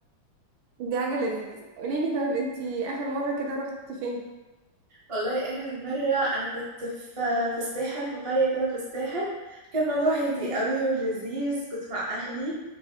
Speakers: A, on the right (about 75°); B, on the right (about 45°).
A: دي حاجة لذيذة قوليلي طيب انتي آخر مرة كده رحتي فين؟
B: والله اخر مره انا كنت في في الساحل في قريه كده في الساحل كان الموضوع هادي
A: مهم.
B: قوي ولذيذ كنت مع اهلي